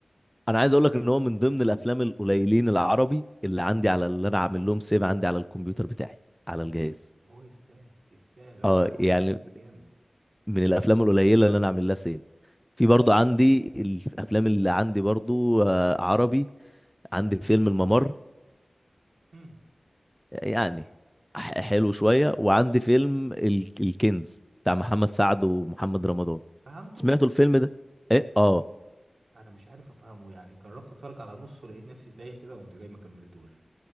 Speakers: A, in the centre; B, on the right.
A: انا عايز اقول لك ان هو من ضمن الافلام القليلين العربي اللي عندي على اللي انا عامل لهم سيف عندي على الكمبيوتر بتاعي على الجهاز
B: ما هو يستاهل يستاهل هو
A: اه
B: احمد
A: يعني
B: مكي جامد
A: من الافلام القليله اللي انا اعمل لها سيف في برضو عندي الافلام اللي عندي برضو آه، عربي عندي فيلم الممر
B: هم
A: يعني
B: تمام
A: ح- حلو شويه وعندي فيلم ال- الكنز بتاع محمد سعد ومحمد رمضان
B: فهمته
A: سمعتوا الفيلم ده ايه اه
B: انا مش عارف افهمه يعني جربت اتفرج على نصه لقيت نفسي تايه كده قمت جاي ما كملتوش